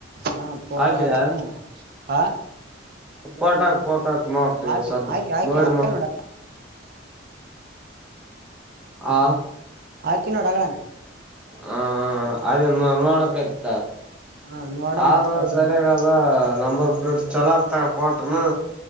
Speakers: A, on the right (about 50°); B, in the centre.
A: ಹಾ ಫೋಟೋ
B: ಹಾಕಿದ್ಯಾ
A: ಹಾಕ್ನಿ ಹಾ
B: ಪೋಟಾಕ್ ಪೋಟಕ್ ನೋಡ್ತ
A: ಹಾಕಿ
B: ಈಗ ಸ್ದ
A: ಹಾಕಿ ಹಾಕಿ
B: ನೋಡಿಮೂ
A: ಹಾಕಿ ನೋಡ
B: ಆ
A: ಹಾಕಿ ನೋಡ ಆಗನೆ
B: ಹ ಅದ ನೋಡಕಯ್ತ
A: ಹ ನೋಡ
B: ಅದ
A: ಮತ್ ಪಸಂದ್
B: ಸರಿಯಾಗದ ನಂಬರ್ ಪ್ಲೇಟ್ ಚಲೋ ತ ಪೋಟ್ನು